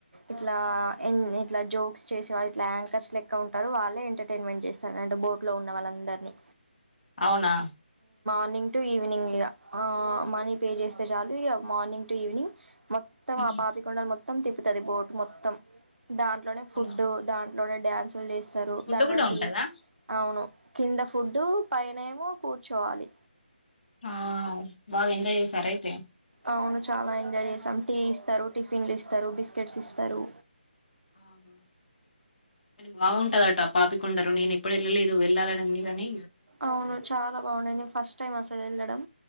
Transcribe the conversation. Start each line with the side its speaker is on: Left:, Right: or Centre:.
Right: ఇట్లా ఎ ఇట్లా జోక్స్ చేసే వాళ్ళు ఇట్లా యాంకర్స్ లెక్క ఉంటారు. వాళ్ళే ఎంటర్టైన్మెంట్ చేస్తారంట బోట్ లో ఉన్న వాళ్ళందరిని.
Left: అవునా
Right: మార్నింగ్ టు ఈవినింగ్ ఇక మనీ పే చేస్తే చాలు ఇక మార్నింగ్ టు ఈవినింగ్. మొత్తం
Left: ఉమ్.
Right: ఆ పాపికొండలు మొత్తం మొత్తం తిప్పుతది బోటు మొత్తం దాంట్లోనే ఫుడ్
Left: అవునా
Right: దా లోన డాన్స్ లేస్తారు
Left: ఫుడ్
Right: దాట్లనే
Left: కూడా
Right: టివి
Left: ఉంటదా
Right: అవును కింద ఫుడ్ పైనేమో కూర్చోవాలి
Left: ఆ బాగా ఎంజాయ్ చేశార అయితే
Right: అవును చాలా ఎంజాయ్ చేసాం టీ ఇస్తారు టిఫిన్లు ఇస్తారు బిస్కెట్స్ ఇస్తారు
Left: ఆహా కానీ బాగుంటదట పాపికండలు నేను ఎప్పుడ వెళ్ళలేదు వెళ్ళాలని ఉంది గాని
Right: అవును చాలా బాగున్నాయి నేను ఫస్ట్ టైమ్ అస లెళ్లడం